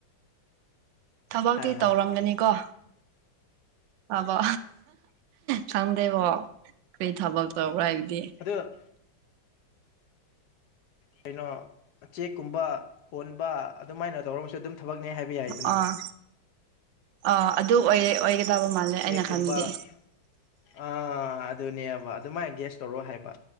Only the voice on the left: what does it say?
ꯍꯥꯏꯌꯣ ꯍꯥꯏꯌꯣ
ꯑꯗ ꯀꯩꯅꯣ ꯆꯦꯛꯀꯨꯝꯕ ꯍꯣꯟꯕ ꯑꯗꯨꯃꯥꯏꯅ ꯇꯧꯔ ꯑꯃꯁꯁꯨ ꯑꯗꯨꯝ ꯊꯕꯛꯅꯦ ꯍꯥꯏꯕ ꯌꯥꯏꯗꯅ
ꯆꯦꯛꯀꯨꯝꯕ
ꯑꯥ ꯑꯗꯨꯅꯦꯕ ꯑꯗꯨꯃꯥꯏꯅ ꯒꯦꯁ ꯇꯧꯔꯣ ꯍꯥꯏꯕ